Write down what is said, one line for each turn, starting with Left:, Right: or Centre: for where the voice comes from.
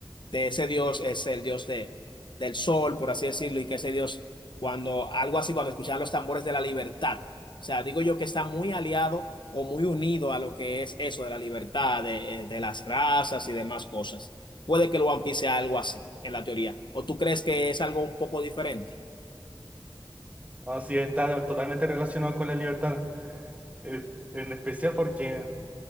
Left: de ese dios es el dios de, del sol, por así decirlo, y que ese dios, cuando algo así, cuando escuchaban los tambores de la libertad, o sea, digo yo que está muy aliado o muy unido a lo que es eso de la libertad, de, eh, de las razas y demás cosas. Puede que el One Piece sea algo así, en la teoría. ¿O tú crees que es algo un poco diferente?
Right: Así está totalmente relacionado con la libertad. Eh, en especial porque